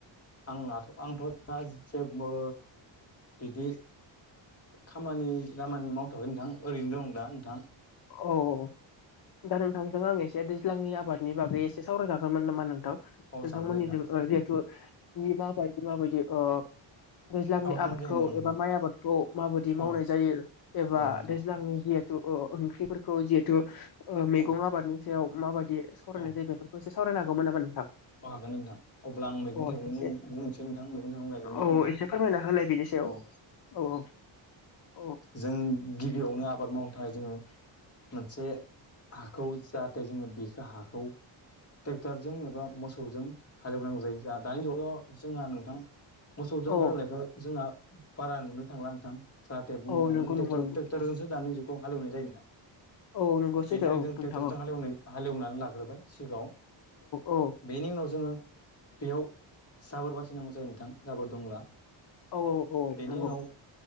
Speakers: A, on the left (about 30°); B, on the left (about 50°).
A: आंनाथ' आंथ' दा जेबो बिदि खामानि दामानि मावथ'वाखै नोंथां ओरैनो दं दा नोंथां
B: औ दा नोंथांजों आं एसे दैज्लांनि आबादनि बागै एसे सावरायजागौमोन नामा नोंथां?
A: औ
B: नोंथांमोननिजों
A: जागोन दे नोंथां
B: जिहेतु माबायदि माबायदि ओ दैज्लांनि
A: आबाद
B: आबादखौ
A: मावनाय जायो नामा नोंथां
B: एबा माइ आबादखौ माबायदि मावनाय
A: औ
B: जायो एबा
A: औ नोंथां
B: दैज्लांनि जि ओ अ' ओंख्रिफोरखौ जिहेथु मैगं
A: औ
B: आबादनि सायाव मा बायदि सावरायनाय
A: औ
B: जायो बेफोरखौ एसे सावरायनो हागौमोन नामा नोंथां?
A: औ हागोन नोंथां । अब्ला आं मैगं
B: अ
A: थाइगंनि
B: एसे
A: बुंसै नोंथां मैगं थाइगं गायनायनि
B: औ
A: नोंथां
B: एसे फोरमायना होलाय बेनि सायाव
A: औ
B: औ औ औ
A: जों गिबियावनो आब आबाद मावनो थाखाय जोङो मोनसे हाखौ जाहाथे जोङो बे हाखौ ट्रेक्टरजों एबा मोसौजों हालेवनांगौ जायो जाह दानि जुगाव जोंहा नोंथां मोसौजों
B: औ
A: हालेवनायखौ जोंहा बारा नुनो थांला नोंथां। जाहाथे बुंनो
B: औ
A: थाङोब्ला
B: नंगौ
A: जों ट्रेक्टर-ट्रेक्टरजोंसो
B: नंगौ नंगौ औ
A: दानि जुगखौ हालेवनाय जायोना?
B: औ नंगौ
A: बेनि
B: सैथो
A: थाखायनो
B: औ
A: जों
B: नोंथां
A: ट्रेक्ट'रजों
B: औ
A: हालेवनाय हालेवनानै लाग्रोबाय सिगाङाव
B: औ
A: बेनि उनाव जोङो बेयाव जाबोर बासिनांगौ जायो नोंथां जाबोर दंब्ला।
B: औ औ
A: बेनि
B: नंगौ
A: उनाव